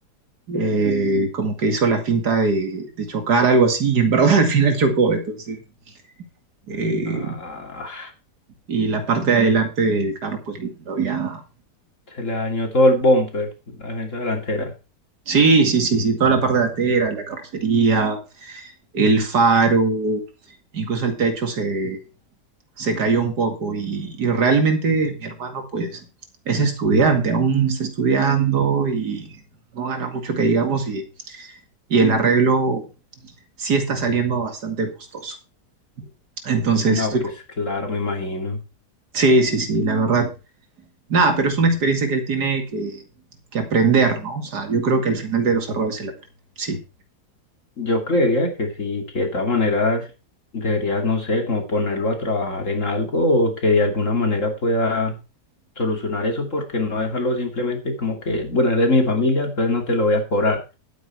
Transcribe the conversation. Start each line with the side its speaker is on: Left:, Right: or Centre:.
Right: eh, como que hizo la finta de, de chocar algo así y en verdad <laughs> al final chocó. Entonces, eh,
Left: Ah,
Right: y la parte de adelante del carro pues lo había...
Left: se le dañó todo el bumper, la defensa delantera.
Right: Sí, sí, sí, sí, toda la parte delantera, la carrocería, el faro, incluso el techo se, se cayó un poco y, y realmente mi hermano pues es estudiante, aún está estudiando y no gana mucho que digamos y, y el arreglo sí está saliendo bastante costoso. Entonces
Left: No,
Right: estoy...
Left: pues claro, me imagino.
Right: Sí, sí, sí, la verdad. Nada, pero es una experiencia que él tiene que, que aprender, ¿no? O sea, yo creo que al final de los errores él aprende. Sí.
Left: Yo creería que sí, que de todas maneras deberías, no sé, como ponerlo a trabajar en algo o que de alguna manera pueda solucionar eso, porque no dejarlo simplemente como que, bueno, eres mi familia, entonces no te lo voy a cobrar,